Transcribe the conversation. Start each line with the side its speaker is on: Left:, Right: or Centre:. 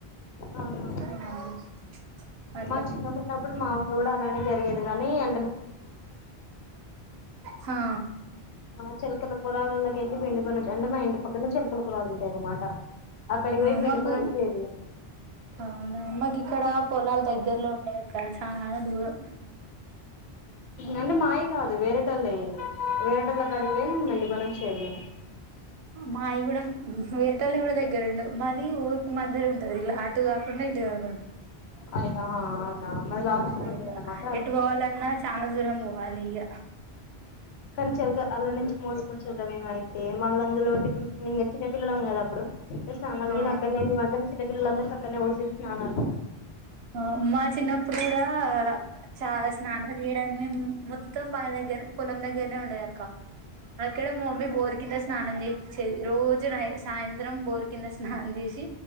Left: అవును
Right: ఆ అట్లా
Left: మా చిన్నగాన్నప్పుడు మావతో కూడా అలానే జరిగేది కాని అ
Right: హా
Left: ఆ చిలకల పొలాలలోకి ఎల్లి పిండికొనచ్చు అంటే మా ఇంటి పక్కన చిలకల పొలాలు ఉంటాయి అన్నమాట అక్కడికి పోయి
Right: ఆ
Left: పిండుకొనోచ్చేది
Right: మాకు అవునా అమ్మాయికి ఇక్కడ పొలాలు దగ్గరలో ఉండయిక్కడ చాలా దూరం
Left: అంటే మాయి కాదు వేరేటోళ్ళవి వేరేటోళ్ళ కాడిగిపోయి మేం పిండుకొనొచ్చేది
Right: మాయి కూడా వేరటోల్లవి కూడా దగ్గరండవు మాది ఊరికి మధ్యలో ఉంటది ఇలా అటు కాకుండా ఇటు కాకుండా
Left: అయ్యో అవునా మాది లాస్ట్
Right: ఆ
Left: కి ఉంటది అన్నమాట అందుకే
Right: ఎటు పోవలన్నా చానా దూరం పోవాలి ఇగ
Left: కానీ చిలక అలళ్ళోంచి మోసుకొచ్చేటం మేమ అయితే మళ్ళీ అందులోటి ఇంగ చిన్న పిల్లలం కదా అప్పుడు స్నాలగిన
Right: ఆ
Left: అక్కడనే మేమందరు చిన్నపిల్లందరికి అక్కడనే పోసేది స్నానాలు
Right: ఆ మా చిన్నప్పుడు కూడా చా స్నానం చేయడాన్ని మొత్తం బాయి దగ్గర పొలం దగ్గరనే ఉండేద అక్క అక్కడ మా మమ్మీ బోర్ కింద స్నానం చేపిచ్చేది రోజు సాయంత్రం బోర్ కింద స్నానం చేసి